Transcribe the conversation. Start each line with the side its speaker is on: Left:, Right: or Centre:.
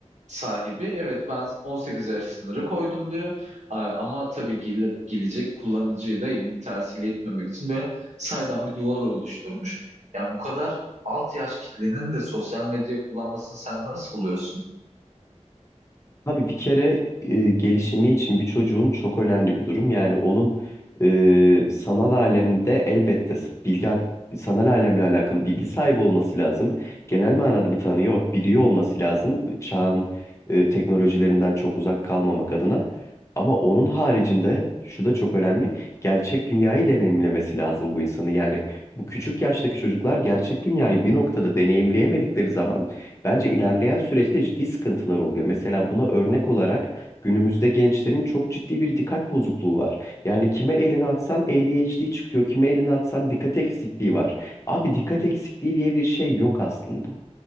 Right: sahibi evet ben 18 yaş sınırı koydum diyor A- ama tabii gel- gelecek kullanıcıyı da elini tersiyle etmemek için ve saydam bir duvar oluşturmuş. Yani bu kadar alt yaş kitlenin de sosyal medya kullanmasını sen nasıl buluyorsun?
Left: Abi bir kere e, gelişimi için bir çocuğun çok önemli bir durum. Yani onun e, sanal alemde elbette s- bilgi hak- sanal alemle alakalı bilgi sahibi olması lazım. Genel manada bir tanıyor, biliyor olması lazım. Çağın e, teknolojilerinden çok uzak kalmamak adına. Ama onun haricinde şu da çok önemli. Gerçek dünyayı deneyimlemesi lazım bu insanı. Yani bu küçük yaştaki çocuklar gerçek dünyayı bir noktada deneyimleyemedikleri zaman Bence ilerleyen süreçte ciddi sıkıntılar oluyor. Mesela buna örnek olarak günümüzde gençlerin çok ciddi bir dikkat bozukluğu var. Yani kime elini atsan ADHD çıkıyor, kime elini atsan dikkat eksikliği var. Abi dikkat eksikliği diye bir şey yok aslında.